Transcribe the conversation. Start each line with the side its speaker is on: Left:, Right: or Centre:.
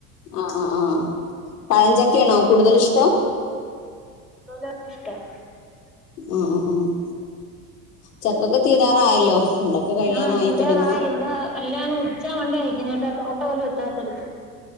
Left: ആഹ് ആഹ് ആഹ് പഴഞ്ചക്കയാണോ കൂടുതലിഷ്ടം
Centre: <unintelligible>
Left: ആഹ് ആഹ് ആഹ് ചക്കൊക്കെ തീരാറായല്ലോ. ഇവിടൊക്കെ കഴിയാനായി
Centre: ആഹ് തീരാറായി
Left: തുടങ്ങണു
Centre: ഇവിടെ എല്ലാങ്ങ് ഉച്ച മണ്ടേ നിക്കുന്നെ പഷേ തോട്ട പോലും എത്താത്തടുത്ത്